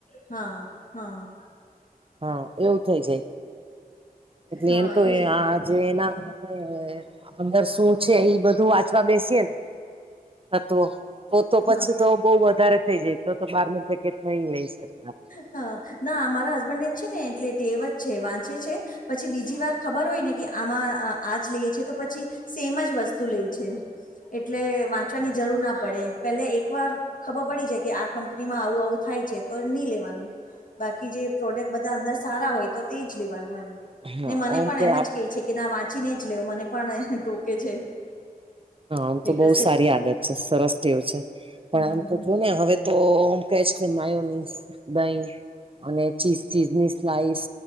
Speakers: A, on the left; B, on the right.
A: હ હ.
B: હા એવું થઈ જાય એટલે
A: હા
B: એમ તો
A: એજ ને
B: <unintelligible> જે એના આપણે અંદર શું છે, એ બધું વાંચવા બેસીય ને તત્વો તો તો પછી
A: હા
B: તો બો વધારે થઈ જાય તો તો બાર ન પેકેટ નહી લઈ શકીએ આપણે
A: હ ના અમારા હસબન્ડ જ છે, ને એટલે તે ટેવ જ છે, વાંચે છે. પછી બીજી વાર ખબર હોય ને કે આમાં આજ લઈએ છે, તો પછી સેમ જ વસ્તુ લેય છે. એટલે વાંચવાની જરૂર ના પડે પેલે એક વાર ખબર પડી જાય કે આ કંપનીમાં આવું આવું થાય છે, તો ની લેવાનું બાકી જે પ્રોડક્ બધા અંદર સારા હોય તો તે જ લેવાનું એમ
B: આપણે
A: ને મને
B: ઓમ
A: પણ
B: કે
A: એમ
B: આપ
A: જ કેય છે. કે ના વાંચીને જ લેવ મને પણ એને ટોકે છે.
B: હ આમ તો
A: એ
B: બોવ
A: કશે
B: સારી આદત છે, સરસ ટેવ છે, પણ
A: હમ
B: આમ તો જોયું ને હવે તો હું કહીશ કે માયો નીસ, દહી અને ચીઝ ચીઝ ની સ્લાઈસ